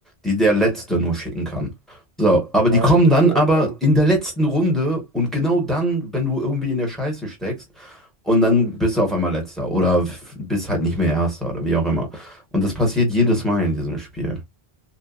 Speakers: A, in the centre; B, on the right.
A: die der Letzte nur schicken kann. So, aber
B: Ja,
A: die kommen
B: ich verstehe,
A: dann aber
B: ja.
A: in der letzten Runde und genau dann, wenn du irgendwie in der Scheiße steckst, und dann bist du auf einmal Letzter oder f- bist halt nicht mehr Erster oder wie auch immer. Und das passiert jedes Mal in diesem Spiel.